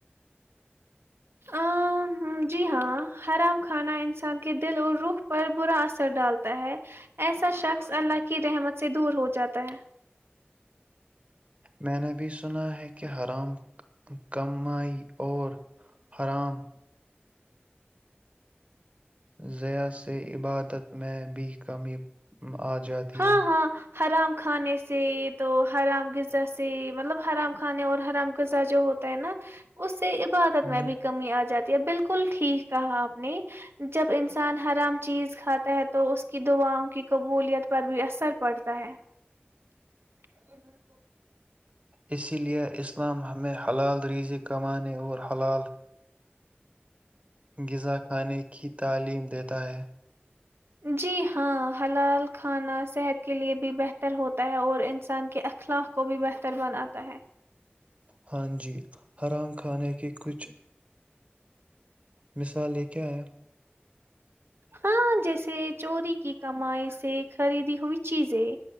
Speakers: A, on the right; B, on the right.
A: ا جی ہاں حرام کھانا انسان کے دل اور رخ پر برا اثر ڈالتا ہے ایسا شخص اللہ کی رحمت سے دور ہو جاتا ہے
B: میں نے بھی سنا ہے کہ حرام کمائی اور حرام ضیا سے عبادت میں بھی کمی آ جاتی
A: ہاں
B: ہے
A: ہاں حرام کھانے سے تو حرام غذا سے مطلب حرام کھانے اور حرام غذا جو ہوتا ہے نا اس سے عادت
B: ہوں
A: میں بھی کمی آ جاتی بالکل ٹھیک کہا آپ نے جب انسان ہرام چیز کھاتا ہے تو اس کی دعاؤں کی قبولیت پر بھی اثر پڑتا ہے ا <inaudible>
B: اسی لیے اس اسلام ہمیں حلال ریزی کمان اور حلال غذا کھانے کی تعلیم دیتا ہے
A: جی ہاں حلال کھانا صحت کے لیے بھی بہتر ہوتا ہے اور انسان کے اخلاق کو بھی بہتر بناتا ہے
B: ہاں جی آرام کھانے کی کچھ مثالیں کیا ہے
A: ہاں جیسے چوری کی کمائی سے خریدی ہوئی چیزیں